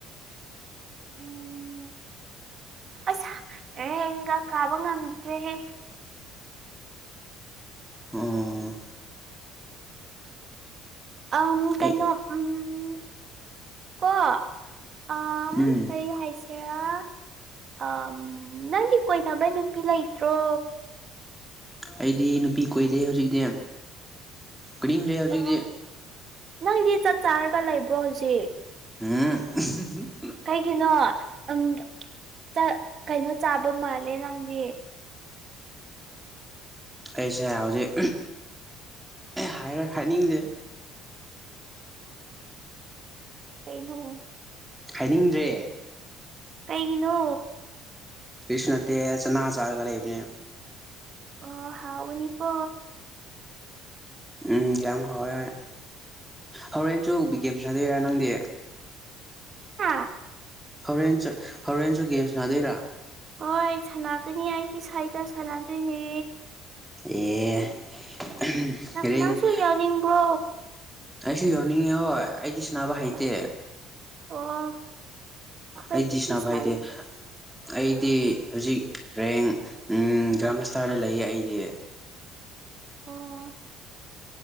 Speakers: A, on the right; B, in the centre.
A: ꯎꯝ ꯑꯁ ꯔꯦꯡꯒ ꯀꯥꯕ ꯉꯝꯗ꯭ꯔꯦꯍꯦ
B: ꯑꯣ
A: ꯑꯝ
B: ꯑꯩ
A: ꯀꯩꯅꯣ ꯎꯝ ꯀꯣ ꯑꯥꯝ
B: ꯎꯝ
A: ꯀꯔꯤ ꯍꯥꯏꯁꯤ ꯁꯦꯔꯥ ꯑꯝ ꯅꯪꯒꯤ ꯀꯣꯏꯅꯕꯩ ꯅꯨꯄꯤ ꯂꯩꯇ꯭ꯔꯣ
B: ꯑꯩꯗꯤ ꯅꯨꯄꯤ ꯀꯣꯏꯗꯦ ꯍꯧꯖꯤꯛꯇꯤ ꯀꯣꯏꯅꯤꯡꯗ꯭ꯔꯦ ꯍꯧꯖꯤꯛꯇꯤ
A: ꯑꯣ ꯅꯪꯗꯤ ꯆꯥꯛ ꯆꯥꯔꯒ ꯂꯩꯕ꯭ꯔꯣ ꯍꯧꯖꯤꯛ
B: ꯎꯝ
A: ꯀꯩꯒꯤꯅꯣ ꯎꯝ ꯆꯥꯛ ꯀꯩꯅꯣ ꯆꯥꯕ ꯃꯥꯜꯂꯦ ꯅꯪꯗꯤ
B: ꯑꯩꯁꯦ ꯍꯧꯖꯤꯛ ꯍꯥꯏꯔꯣꯏ ꯍꯥꯏꯅꯤꯡꯗꯦ
A: <inaudible> ꯀꯩꯅꯣ
B: ꯍꯥꯏꯅꯤꯡꯗ꯭ꯔꯦ
A: ꯀꯩꯒꯤꯅꯣ
B: ꯀꯩꯁꯨ ꯅꯠꯇ ꯆꯅꯥ ꯆꯥꯔꯒ ꯂꯩꯕꯅꯦ
A: ꯑꯣ ꯍꯥꯎꯒꯅꯤꯀꯣ
B: ꯎꯝ ꯌꯥꯝ ꯍꯥꯎꯋꯦ ꯍꯧꯔꯦꯟꯁꯨ ꯕꯤꯒꯦꯝ ꯁꯥꯟꯅꯗꯨꯏꯔꯥ ꯅꯪꯗꯤ
A: ꯍꯥꯥ
B: ꯍꯧꯔꯦꯟꯁꯨ ꯍꯣꯔꯦꯟꯁꯨ ꯒꯦꯝ ꯁꯥꯅꯗꯣꯏꯔꯥ
A: ꯍꯣꯏ ꯁꯥꯟꯅꯒꯅꯤ ꯑꯩꯒꯤ ꯁꯥꯏꯒ ꯁꯥꯟꯅꯗꯨꯏꯅꯦ
B: ꯑꯦ ꯑꯍꯝ
A: ꯅꯪ
B: ꯔꯤꯡ
A: ꯅꯪꯁꯨ ꯌꯥꯎꯅꯤꯡꯕ꯭ꯔꯣ
B: ꯑꯩꯁꯨ ꯌꯥꯎꯅꯤꯡꯉꯤ ꯍꯣꯏ ꯑꯩꯗꯤ ꯁꯥꯟꯅꯕ ꯍꯩꯇꯦ
A: ꯍꯣꯏ ꯑꯣ ꯑꯩꯈꯣꯏꯒꯤ
B: ꯑꯩꯗꯤ ꯁꯥꯟꯅꯕ
A: ꯁꯥꯏ
B: ꯍꯩꯇꯦ ꯑꯩꯗꯤ ꯍꯧꯖꯤꯛ ꯔꯦꯡ ꯎꯝ ꯒ꯭ꯔꯥꯟꯃꯁꯇꯔꯗ ꯂꯩꯌꯦ ꯑꯩꯗꯤ
A: ꯑꯣ